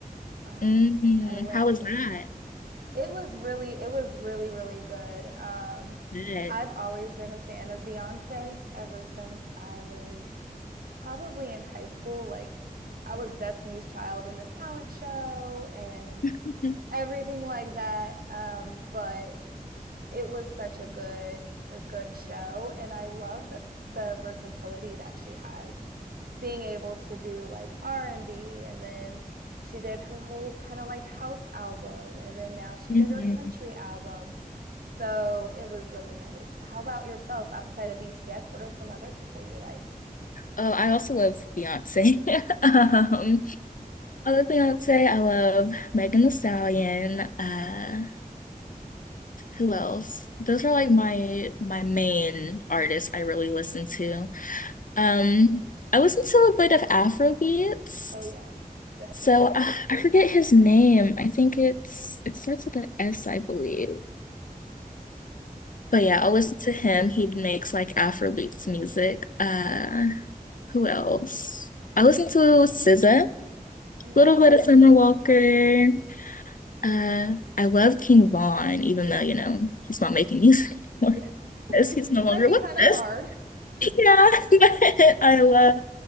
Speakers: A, on the left; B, on the right.
A: <laughs>
B: Um,
A: mm,
B: I went
A: how was that?
B: It was really, it was really, really good. Um,
A: Shit.
B: I've always been a fan of Beyonce ever since I was probably in high school. Like, I was Destiny's Child in the talent show and
A: <laughs>
B: everything like that. Um, but it was such a good a good show and i love the, the versatility that she has being able to do like r&b and B, and then she did her whole kind of like house album and then now she
A: Mhm.
B: did her country album so it was really nice how about yourself outside of bts what are some other people you like
A: Oh, I also love Beyonce. <laughs> Um, I love Beyonce. I love Megan Thee Stallion. Uh, who else? Those are like my my main artists I really listen to. Um, I listen to a bit of Afro beats.
B: oh yeah definitely
A: So uh, I forget his name. I think it's it starts with an S, I believe. But yeah, I'll listen to him. He makes like Afro music. Uh, who else? I listen to SZA,
B: yes
A: little bit of Summer Walker. Uh, I love King Von, even though you know he's not making <laughs> music anymore.
B: yeah
A: Yes,
B: <laughs>
A: He's no longer
B: might be
A: with
B: kind of
A: us.
B: hard
A: <laughs> Yeah, <laughs> but I love